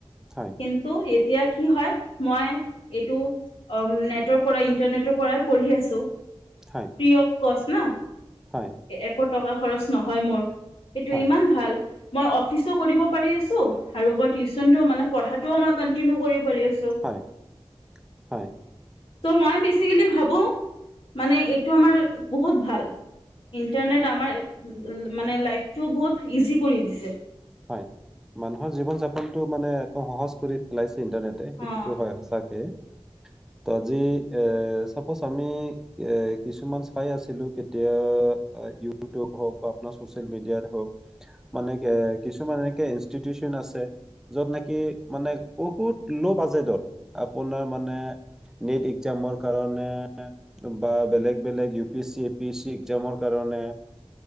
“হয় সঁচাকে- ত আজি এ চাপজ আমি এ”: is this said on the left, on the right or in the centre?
Centre